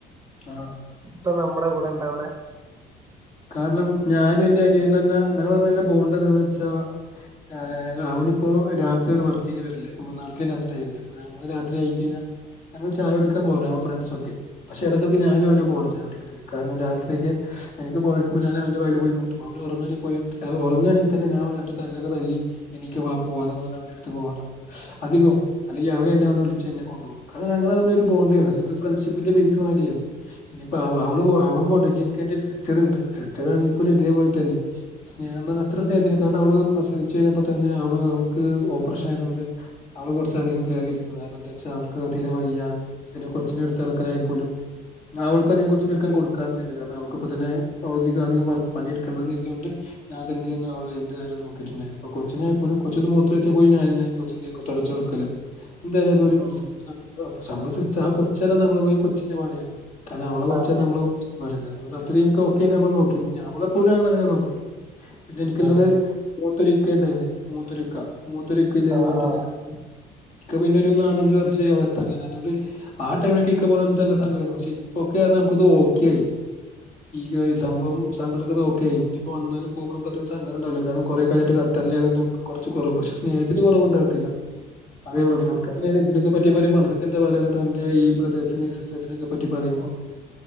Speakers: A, on the left; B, on the right.
A: ആഹ്
B: ഇപ്പ നമ്മുടെ കൂടെ ഇണ്ടവണെ
A: കാരണം ഞാനും എൻ്റെ അനിയും എന്ന് പറഞ്ഞാ ഞങ്ങള് തമ്മിലുള്ള ബോണ്ട് എന്താന്ന് വെച്ചാ ആ അവനിപ്പോ രാത്രിയാണ് വർക്കിന് വരല് നാട്ടിൽ ഇല്ലാത്ത ടൈമില് അപ്പൊ ഞങ്ങള് രാത്രി അയിക്കഴ്ഞ്ഞ ഞങ്ങള് ചായ കുടിക്കാൻ പോന്നത ഞങ്ങളെ ഫ്രണ്ട്സൊക്കെ പക്ഷെ ഇടക്കടക്ക് ഞാനും അവന് പോവല് ചായ കുടി കാരണം രാത്രിക്ക് എനിക്ക് പേടിക്കുമ്പോ ഞാൻ അവന്റെ വാതിൽ പോയി മുട്ടും അവന് ഉറങ്ങാണെങ്കി പോയി ഉറങ്ങണെങ്കി തന്നെ ഞാൻ രണ്ട് തല്ലൊക്കെ തല്ലി എണീക്ക് വാ പോവാന്നൊക്കെ പറഞ്ഞ് അവന്റെ അടുത്ത് പോവാറ് അധികും അല്ലെങ്കിൽ അവൻ എന്നെ വന്ന് വിളിച്ച് എന്നെ കൊണ്ട്പോകും കാരണം ഞങ്ങൾ തമ്മില് ഒരു ബോണ്ടായിരുന്നു ഫ്രണ്ട്ഷിപ്പിന്റെ ബേസ് മാതിരി ആയിരുന്നു ഇനിപ്പം
B: അതെ
A: അവള് അവൻ പോട്ടെ ഇനി എനിക്ക് എന്റെ സി സിസ്റ്ററണ്ട് സിസ്റ്ററാണെങ്കി പോലും ഇതേപോലെ തന്നെ സ്നേഹംന്ന് പറഞ്ഞ അത്ര സ്നേഹത്തില് കാരണം അവള് പ്രസവിച്ച് കഴിഞ്ഞപ്പോ തന്നെ അവള് അവൾക്ക് ഓപ്പറേഷൻ ആയത്കൊണ്ട് അവള് കൊറച്ച അധികം കെയറൈതിരുന്നതാ കാരണം എന്താ ച്ചാൽ അവക്ക് തീരെ വയ്യ പിന്നെ കൊച്ചിനെ എടു തറക്കലായി
B: ഉം
A: പോലും അവൾക്ക് അധികം കൊച്ചിനെടുക്കാൻ കൊടുക്കാറില്ല കാരണം അവൾക്ക്. ഇപ്പ തന്നെപൗതികധികം വർക്ക് പണിയെടുക്കണംന്നെരിതൊണ്ട്. ഞൻ തന്നെയായിരുന്നുഅവളെ എന്ത് കാര്യോം നോക്കിട്ടുണ്ടായിരുന്ന് ഇപ്പൊ കൊച്ചിനെ ആയി പോലും കൊച്ചന്ന് മൂത്രയിച്ച പോയി ഞാനന്നെ കൊച്ചിന്റെ ക്കെ തൊടചൊടുക്കല്. എന്ത പോലും
B: ഉം
A: നമ്മ സസ് ആ കൊച്ചല്ലാം നമ്മള കൊച്ചിന്റെ മാരിയാണ്. കാരണം അവളെ കൊച്ചാ
B: അതെ
A: നമ്മള കൊച്ചിനെ പോലെയല്ലേ അതോണ്ട് അത്രേം ഒക്കെ ആട്ട് നമ്മ നോക്കിന്ന് അവളെ പോലും നോക്കിന്ന്. പിന്നെ എനിക്കുള്ളത്
B: അതെ അതെ
A: മൂത്തൊരിക്ക ഇണ്ടായിന്ന് മൂത്തൊരിക്ക. മൂത്തൊരിക്കെ ഇതേപോലെ
B: ആഹ് ആഹ്
A: തന്നെ ഇക്ക പിന്നെ ഒരു നാലഞ്ചു വർഷ ആയി അകത്തന്നെ. അതുകൊണ്ട്. ആഹ് ടൈമില്ക്ക് ഇക്ക പോവാന്നേച്ച നല്ലെ സങ്കടരുന്നു ഇപ്പൊക്ക നമുക്കത് ഓകെ ആയി. ഈ സംഭം സങ്കങ്ങളൊക്കെ ഓക്കെയായി ഇനിയിപ്പൊ വന്നാലും പോവുമ്പോ നമുക്ക് അധികം സങ്കടം ഇണ്ടാവൂല കാരണം കൊറെ കാലായിട്ട് കത്തറിലായതോണ്ട്. കൊറച്ച് കൊറവ് പക്ഷെ സ്നേഹത്തിന് കുറവുണ്ടാവത്തില്ല.
B: <inaudible>
A: അതേപോലെത്തന്നെ
B: അതെ
A: അവൾക്ക് പറ്റി പറയുമ്പോ അനക്കൊക്കെ എന്താ പറയാള്ളത് തന്റെ ഈ ബ്രദേഴ്സിനിം സിസ്റ്റഴ് സിനെ ക്കെ പറ്റി പറയുമ്പോ.
B: ഉം